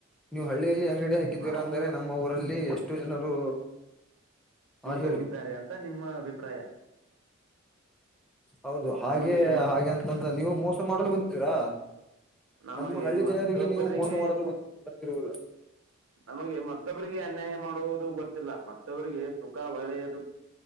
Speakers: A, in the centre; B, on the right (about 70°).
A: ನೀವು ಹಳ್ಳಿಯಲ್ಲಿ ಯಾಂಗ್ ಅಂಗಡಿ ಹಾಕಿದ್ದೀರಾ
B: ನಾವು
A: ಅಂದ್ರೆ
B: ಮೂಲ್
A: ನಮ್ಮ ಊರಲ್ಲಿ ಅಷ್ಟು ಜನರು
B: ಮೋಸ
A: ಹ ಹೇಳಿ
B: ಹೋಗಿದ್ದಾರೆ ಅಂತ ನಿಮ್ಮ ಅಭಿಪ್ರಾಯ.
A: ಹೌದು ಹಾಗೆ
B: ನಮಗೆ ಮತ್
A: ಹಾಗೆ ಅಂಕೊಂಡ್ರೆ ನೀವು ಮೋಸ ಮಾಡಲೂ ಬಂದಿದ್ದೀರಾ.
B: ನಮಗೆ
A: ನಮ್ಮ ಹಳ್ಳಿ
B: ಮತ್ತೊಬ್ಬರಿಗೆ
A: ಜನರಿಗೆ ನೀವು ಮೋಸ ಮಾಡಲು ಬಂದ್ ಬಂದಿರುವಿರ.
B: ನಮಗೆ ಮತ್ತೊಬ್ಬರಿಗೆ ಅನ್ಯಾಯ ಮಾಡುವುದು ಗೊತ್ತಿಲ್ಲ ಮತ್ತೊಬ್ಬರಿಗೆ ಸುಖ ಒಳ್ಳೆಯದು